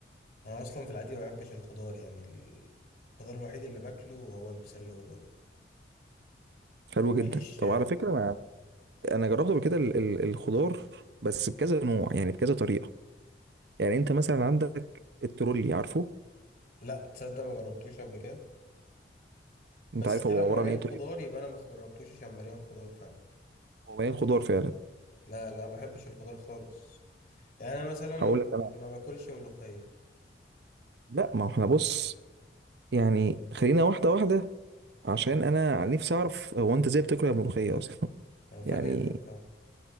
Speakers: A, on the left (about 50°); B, on the right (about 65°).
A: انا اصلا في العادي ما بحبش الخضار يعني ال- الخضار الوحيد اللي باكله هو البسله والرز
B: حلو جدا
A: ماليش
B: طب على فكره انا انا جربت قبل كده ال- ال- الخضار بس بكذا نوع يعني بكذا طريقه يعني انت مثلا عندك الترولي عارفه
A: لا تصدق ما جربتوش قبل كده بس
B: انت عارف
A: ده
B: هو
A: لو
B: عباره
A: مليان
B: عن ايه
A: خضار
B: طيب
A: يبقى انا ما جربتوش عشان مليان خضار فعلا
B: هو يعني خضار فعلا
A: لا لا ما بحبش الخضار خالص يعني انا مثلا
B: هقول لك انا
A: ما باكلش ملوخيه
B: لا ما هو احنا بص يعني خلينا واحده واحده عشان انا عن نفسي اعرف هو انت ازاي بتاكل الملوخيه اصلا <laughs>
A: انا فاجئتك
B: يعني
A: طبعا